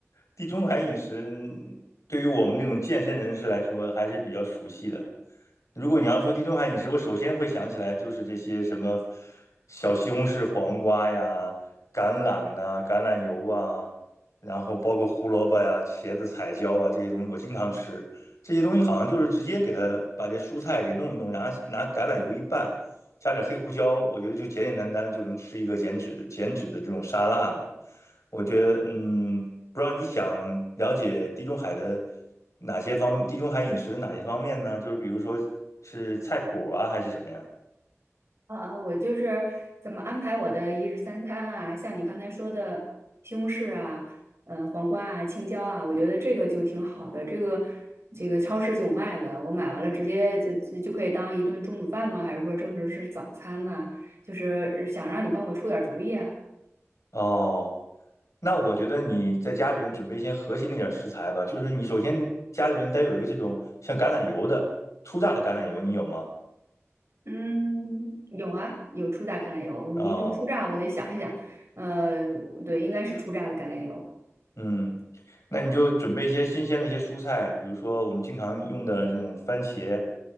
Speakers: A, on the left; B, on the right.
A: 地中海饮食嗯对于我们这种健身人士来说还是比较熟悉的。如果你要说地中海饮食，我首先会想起来就是这些什么小西红柿、黄瓜呀、橄榄呐、橄榄油啊，然后包括胡萝卜呀、茄子、彩椒啊这些东西，我经常吃。这些东西好像就是直接给它把这蔬菜给弄一弄，然后拿橄榄油一拌，加点黑胡椒，我觉得就简简单单就能吃一个减脂减脂的这种沙拉了。我觉得，嗯，不知道你想了解地中海的哪些方，地中海饮食的哪些方面呢？就是比如说是菜谱啊，还是什么呀？
B: 啊，啊我就是怎么安排我的一日三餐啊，像你刚才说的西红柿啊，呃，黄瓜啊，青椒啊，我觉得这个就挺好的。这个这个超市就有卖的，我买完了直接就就就可以当一顿中午饭吗？还是说正式是早餐呢？就是想让你帮我出点主意啊。
A: 哦，那我觉得你在家里边准备一些核心的一点食材吧，就是你首先家里边得有一个这种像橄榄油的初榨的橄榄油，你有吗？
B: 嗯，有啊，有初榨橄榄油，你一说初榨，
A: 啊、
B: 我得想一想。呃，对，应该是初榨的橄榄油。
A: 嗯，那你就准备一些新鲜的一些蔬菜，比如说我们经常用的这种番茄、